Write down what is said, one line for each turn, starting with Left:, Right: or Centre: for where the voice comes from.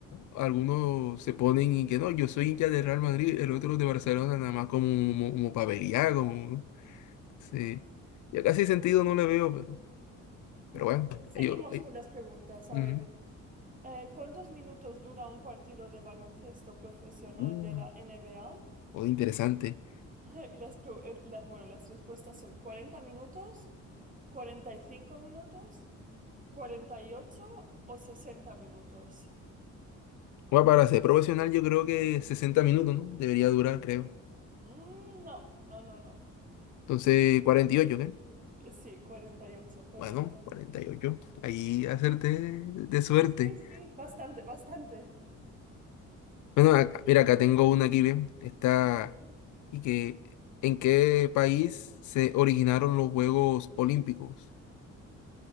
Left: algunos se ponen y que no, yo soy hincha de Real Madrid, el otro de Barcelona, nada más como, como, como pa' pelear, como. Sí. Ya casi sentido
Right: Pues,
Left: no le veo, pero, pero
Right: bueno,
Left: bueno,
Right: seguimos
Left: ellos. eh,
Right: con las preguntas.
Left: ujú.
Right: A ver, eh, ¿cuántos minutos dura un partido de baloncesto profesional
Left: Uh,
Right: de la NBA?
Left: oh, interesante.
Right: <laughs> Y las, pro- eh, las- bueno, las respuestas son 40 minutos, 45 minutos, 48 o 60 minutos.
Left: Bueno, para ser profesional yo creo que 60 minutos, ¿no? Debería durar, creo.
Right: Mm, no, no, no, no.
Left: Entonces, cuarenta y ocho ¿qué?
Right: Eh, Sí, 48, correcto.
Left: Bueno, cuarenta y ocho Ahí hacerte de de suerte.
Right: Sí, sí, bastante, bastante.
Left: Bueno, acá- mira, acá tengo una aquí, ¿bien? Está... ¿Y que en qué país se originaron los Juegos Olímpicos?